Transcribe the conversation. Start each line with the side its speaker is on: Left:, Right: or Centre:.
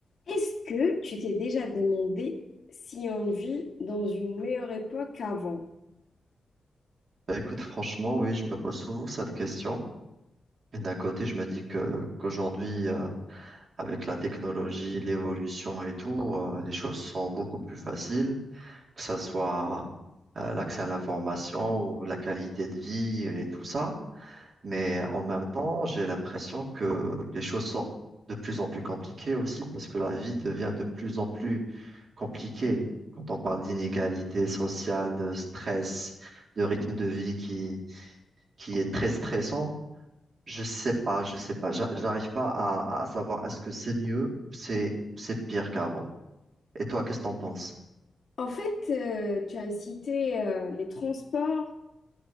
Left: Est-ce que tu t'es déjà demandé si on vit dans une meilleure époque qu'avant?
Right: Bah, écoute, franchement, oui, je me pose souvent cette question. Et d'un côté, je me dis que qu'aujourd'hui, euh, avec la technologie, l'évolution et tout, euh, les choses sont beaucoup plus faciles, que ça soit euh, l'accès à l'information ou la qualité de vie et tout ça. Mais en même temps, j'ai l'impression que les choses sont de plus en plus compliquées aussi parce que la vie devient de plus en plus compliquée. Quand on parle d'inégalité sociale, de stress, de rythme de vie qui qui est très stressant, je sais pas, je sais pas, J'a- j'arrive pas à, à savoir est-ce que c'est mieux ou c'est ou c'est pire qu'avant. Et toi, qu'est-ce que t'en penses?
Left: En fait, euh, tu as cité euh, les transports,